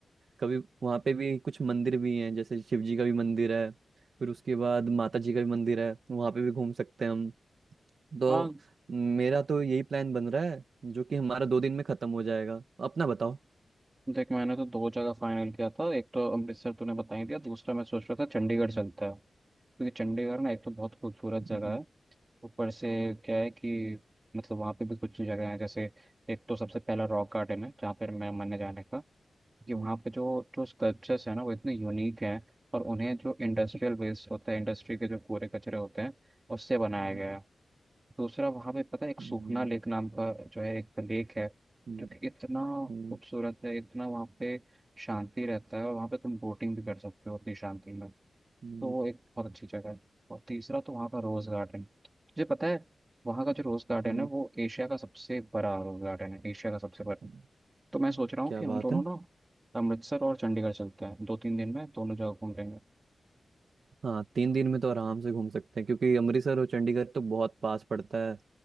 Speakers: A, on the right; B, on the right.
A: कभी वहाँ पे भी कुछ मंदिर भी हैं जैसे शिव जी का भी मंदिर है फिर उसके बाद माता जी का भी मंदिर है वहाँ पे भी घूम सकते हैं हम तो
B: हाँ
A: मेरा तो यही प्लान बन रहा है जो कि हमारा दो दिन में खत्म हो जाएगा अपना बताओ
B: देख मैंने तो दो जगह फाइनल किया था एक तो अमृतसर तूने बता ही दिया दूसरा मैं सोच रहा था चंडीगढ़ चलता है क्योंकि चंडीगढ़ ना एक तो बहुत खूबसूरत जगह
A: हम्म,
B: है ऊपर से क्या है कि मतलब वहाँ पे भी कुछ जगह है जैसे एक तो सबसे पहला रॉक गार्डन है जहाँ पर मैं मन है जाने का कि
A: हम्म,
B: वहाँ पे जो जो स्कल्पचर्स है ना वो इतने यूनिक हैं और उन्हें जो इंडस्ट्रियल वेस्ट होता है इंडस्ट्री के जो कूड़े कचरे होते हैं उससे बनाया
A: हम्म,
B: गया है दूसरा वहाँ पे पता है एक
A: हम्म,
B: सूखना लेक नाम का जो है एक लेक है
A: हम्म,
B: जो कि इतना
A: हम्म,
B: खूबसूरत है इतना वहाँ पे शांति रहता है और वहाँ पे तुम बोटिंग भी कर सकते हो उतनी शांति में तो
A: हम्म,
B: वो एक बहुत अच्छी जगह है और तीसरा तो वहाँ का रोज़ गार्डन तुझे पता है वहाँ का जो रोज़ गार्डन
A: हम्म,
B: है वो एशिया का सबसे बड़ा रोज़ गार्डन है एशिया का सबसे
A: हम्म,
B: बड़ा तो मैं सोच रहा हूँ
A: क्या
B: कि
A: बात
B: हम दोनों
A: है
B: ना अमृतसर और चंडीगढ़ चलते हैं दो तीन दिन में दोनों जगह घूम लेंगे
A: हाँ तीन दिन में तो आराम से घूम सकते हैं क्योंकि अमृतसर और चंडीगढ़ तो बहुत पास पड़ता है